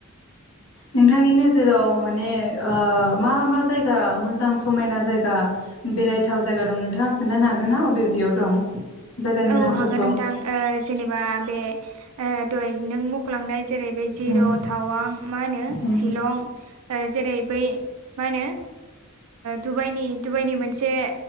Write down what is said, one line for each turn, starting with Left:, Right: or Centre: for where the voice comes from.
Left: नोंथांनि नोजोराव माने मा मा जायगा मोजां समायना जायगा बेरायथाव जायगा दं नोंथाङा खोनन्थानो हागोन ना अबे बेयाव दं? जायगानि
Right: औ
Left: नामफोरखौ
Right: हागोन नोंथां ओ जेनेबा बे दहाय नों मख लांनाय जेरै बे जिर',
Left: उम
Right: थावां मा होनो
Left: उम
Right: शिलं जेरै बै मा होनो दुबाइनि डुबाइनि मोनसे